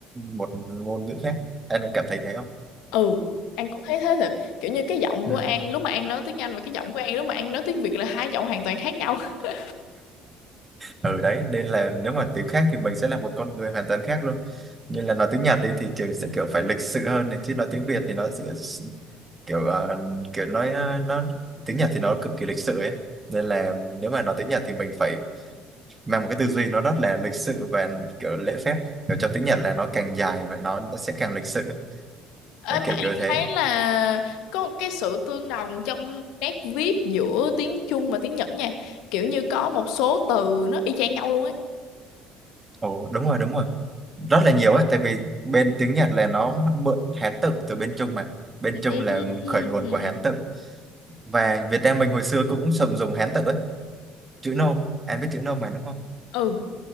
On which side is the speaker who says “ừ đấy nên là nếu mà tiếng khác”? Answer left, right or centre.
Right